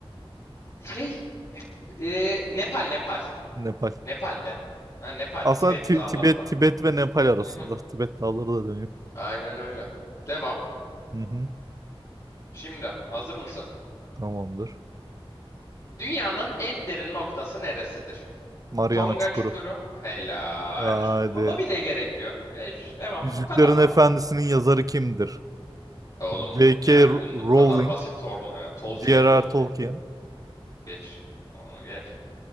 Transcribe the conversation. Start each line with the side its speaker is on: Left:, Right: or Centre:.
Left: Şey Ee, Nepal, Nepal.
Right: Nepal.
Left: Nepal'de. Ha, Nepal,
Right: Aslında
Left: Tibet
Right: Ti-
Left: dağlarına.
Right: Tibet, Tibet ve Nepal arasında.
Left: Hı hı.
Right: Tibet dağları da dönüyor.
Left: Aynen öyle. Devam.
Right: Hı hı.
Left: Şimdi hazır mısın?
Right: Tamamdır.
Left: Dünyanın en derin noktası neresidir?
Right: Mariana
Left: Tonga
Right: Çukuru.
Left: Çukuru. Helal.
Right: Hadi.
Left: Hiç okumama bile gerek yok. E, ş- devam.
Right: Yüzüklerin
Left: Bu kadar bak.
Right: Efendisi'nin yazarı kimdir?
Left: Oğlum
Right: J.K.
Left: yani
Right: Rowling,
Left: bunu bu kadar basit Torla ya. Tolkien,
Right: J.R.R.
Left: Tolkien.
Right: Tolkien.
Left: Geç. Onu geç.